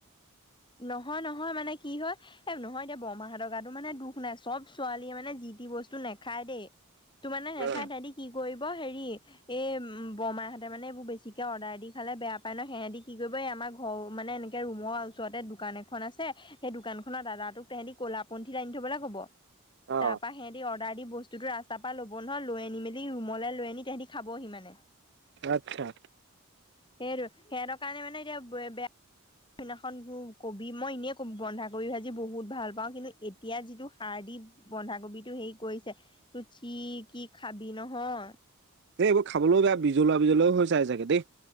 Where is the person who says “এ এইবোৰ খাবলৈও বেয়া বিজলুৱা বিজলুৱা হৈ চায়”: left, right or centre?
Right